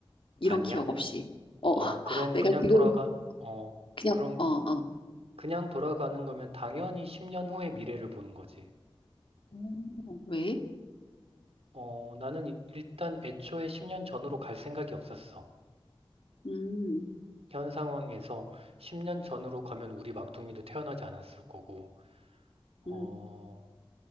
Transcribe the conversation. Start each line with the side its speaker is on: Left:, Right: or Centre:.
Left: 이런
Right: 아니야?
Left: 기억 없이. 어,
Right: 어,
Left: <laughs>
Right: 그럼
Left: 내가
Right: 그냥
Left: 지금
Right: 돌아가, 어,
Left: 그냥
Right: 그럼
Left: 어, 어.
Right: 그냥 돌아가는 거면 당연히 10년 후의 미래를 보는 거지.
Left: 음, 왜?
Right: 어, 나는 이- 일단 애초에 10년 전으로 갈 생각이 없었어.
Left: 음,
Right: 현 상황에서 10년 전으로 가면 우리 막둥이도 태어나지 않았을 거고, 어,
Left: 음.